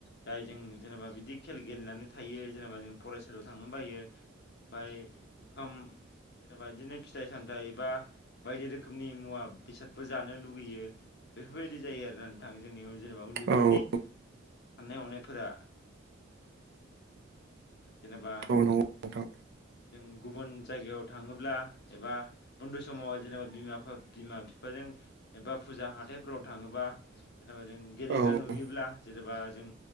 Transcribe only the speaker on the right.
औ
औ नंगौ नोंथां
औ